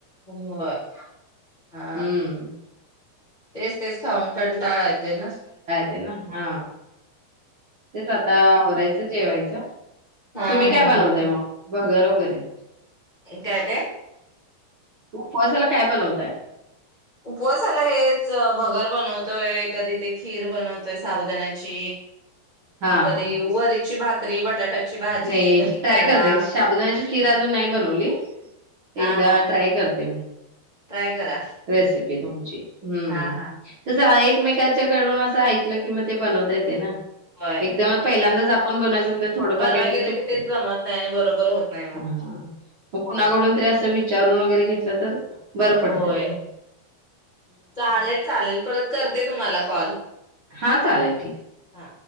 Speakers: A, on the left; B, on the right.
A: होय हा
B: हम्म
A: तेच तेच खाऊन कंटाळा यो ते ना
B: ते ना हा तेच आता आवरायचं जेवायचं
A: हा
B: तुम्ही
A: हा
B: काय बनवताय
A: हा
B: मग भगर वगैरे
A: काय ते
B: उपवासाला काय बनवताय?
A: उपवासाला हेच भगर बनवत तोय कधी ते खीर बनवतोय साबुदाण्याची
B: हा
A: कधी
B: हा
A: वरीची भाकरी बटाट्याची भाजी,
B: नाही
A: दही,
B: ट्राय
A: खरडा
B: करते साबुदाण्याची खीर अजून नाही बनवली
A: हा
B: एकदा
A: हा
B: ट्राय करते मी.
A: ट्राय करा
B: रेसिपी तुमची हम्म
A: हा हा
B: कसं एक- एकमेंकाच्याकडून असं ऐकलं की मग ते बनवता येत तय न
A: होय
B: एकदम पहिल्यांदा पण बन म्हणल थोडं
A: बनवाय
B: फार कायतरी
A: गेलं
B: चुकतय
A: की तेच जमत नाही आणि बरोबर होत नाही मग.
B: ह मग कुणाकडून तरी अस वि विचारुन वगैरे घेतलं तर बरं पडल
A: होय चालेल चालेल परत करते तुम्हाला फो कॉल
B: हा चालेल ठीक
A: हा